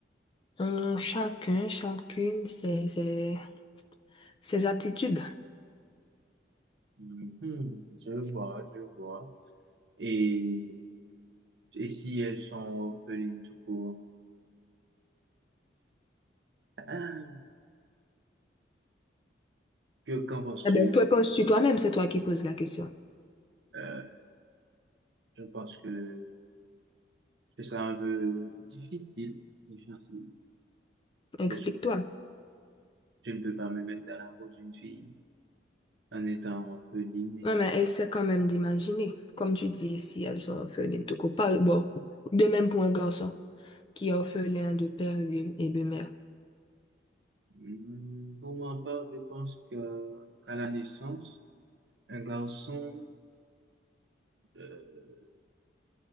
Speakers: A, on the left; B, on the right.
A: ont chacun, chacune ses, ses, ses aptitudes.
B: Mhm, je vois, je vois. Et, et si elles sont orphelines tout court? Ah, que- qu'en penses-tu?
A: Eh ben, toi, penses-tu toi-même, c'est toi qui poses la question.
B: Euh, je pense que ce sera un peu difficile, difficile.
A: Explique-toi.
B: Parce que je ne peux pas me mettre dans la peau d'une fille en étant orpheline. Et...
A: Non, mais essaie quand même d'imaginer. Comme tu dis, si elles sont orphelines, de court. Bon, de même pour un garçon qui est orphelin de père lui, et de mère.
B: Hmm, Pour ma part, je pense que qu'à la naissance, un garçon euh,